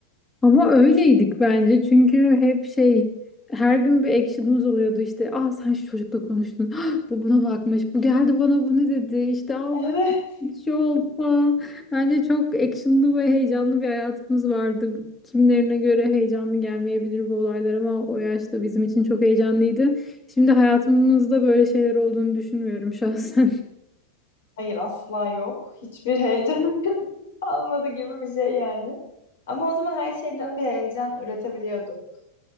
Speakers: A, on the left (about 15°); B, on the left (about 60°).
A: Ama öyleydik bence çünkü hep şey her gün bir action'ımız oluyordu işte ah sen şu çocukla konuştun ah, bu buna bakmış bu geldi bana bunu dedi işte ah
B: Evet.
A: buraya bir şey oldu falan. Bence çok action'lı ve heyecanlı bir hayatımız vardı. kimlerine göre heyecanlı gelmeyebilir bu olaylar ama o yaşta bizim için çok heyecanlıydı. Şimdi hayatımızda böyle şeyler olduğunu düşünmüyorum şahsen.
B: Hayır asla yok. Hiçbir heyecan. <laughs> Almadı gibi bir şey yani. Ama o zaman her şeyden bir heyecan üretebiliyorduk.